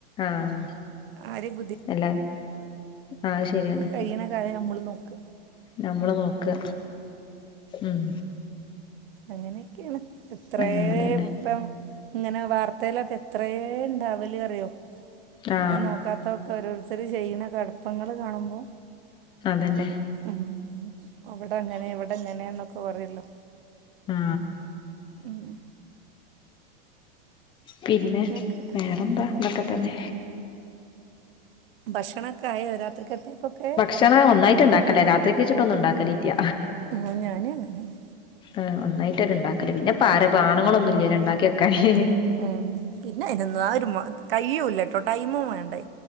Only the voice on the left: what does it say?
ആഹ്
എല്ലാ ആഹ് അയ് ശെര്യാണ്.
നമ്മള് നോക്ക ഉം.
ആ അതന്നെ
ആ
അതെന്നെ.
ആ
പിന്നെ
വേറെന്താ
ഇതൊക്കെ തന്നെ.
ക്ഷണം ഒന്നായിട്ട്ണ്ടാക്കല്ലാ രാത്രിക്ക് വെച്ച്ട്ട് ഒന്നുണ്ടാക്കലില്ല.
ആഹ് ഒന്നായിട്ടെരെണ്ടാക്കല് പിന്നെ പാരപാ ആണ്ങ്ങളൊന്നുല്ല ഇണ്ടാക്ക്യക്കാന്.